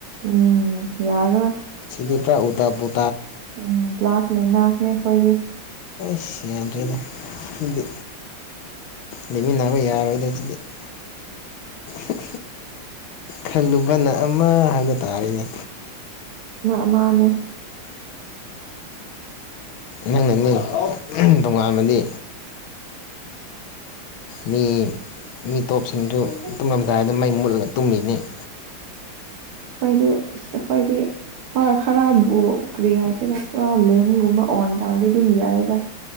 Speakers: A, on the right; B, on the left.
A: ꯎꯝ ꯌꯥꯔꯣꯏ
B: ꯁꯤꯅꯤꯄꯨꯔꯥ ꯎꯜꯇ ꯄꯨꯜ
A: ꯎꯝ ꯀ꯭ꯂꯥꯁ ꯃꯩꯅꯥꯁꯅꯦ ꯑꯩꯈꯣꯏꯗꯤ
B: ꯑꯩ ꯌꯥꯗꯔ꯭ꯦ ꯗ ꯁꯤꯗꯤ ꯂꯩꯃꯤꯟꯅꯕ ꯌꯥꯔꯣꯏꯗ ꯁꯤꯗꯤ ꯑꯍꯝ ꯍꯝ ꯈꯜꯂꯨꯕꯅ ꯑꯃ ꯍꯥꯏꯗꯣ ꯇꯥꯔꯤꯅꯦ
A: ꯃꯥꯅꯦ
B: ꯅꯪꯅꯅꯦ ꯑꯝ ꯇꯣꯉꯥꯟꯕꯗꯤ ꯃꯤ ꯃꯤꯇꯣꯞꯁꯤꯡꯁꯨ
A: ꯑꯩꯈꯣꯏꯗꯨ
B: ꯇꯨꯃꯝꯗꯥꯏꯗ ꯃꯩ ꯃꯨꯠꯂ ꯇꯨꯝꯃꯤꯅꯤ <inaudible>
A: ꯑꯩꯈꯣꯏꯗꯨ ꯏꯁ ꯑꯩꯈꯣꯏꯗꯤ ꯍꯣꯏ ꯈꯔꯕꯨ ꯀꯔꯤ ꯍꯥꯏꯁꯤꯔ ꯈꯔ ꯂꯦꯝꯒꯨꯝꯕ ꯑꯣꯟ ꯇꯧꯔꯗꯤ ꯑꯗꯨꯝ ꯌꯥꯏꯗ